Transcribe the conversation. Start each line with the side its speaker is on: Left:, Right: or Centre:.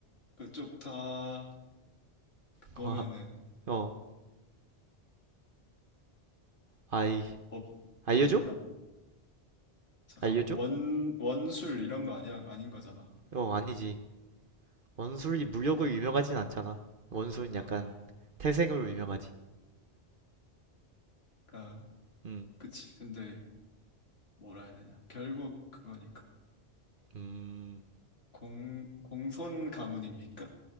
Left: 그쪽 다 그거면은
Right: <laughs> 어, 아이,
Left: 업
Right: 알려줘?
Left: 뭐 있나? 잠깐만
Right: 알려줘?
Left: 원 원술 이런 거 아니야 아닌 거잖아.
Right: 어, 아니지. 원술이 물력으로 유명하진 않잖아. 원술은
Left: 아
Right: 약간
Left: 뭐
Right: 태생으로 유명하지.
Left: 그니까
Right: 음,
Left: 그치 근데 뭐라 해야 되냐 결국 그거니까
Right: 음,
Left: 공 공손 가문입니까?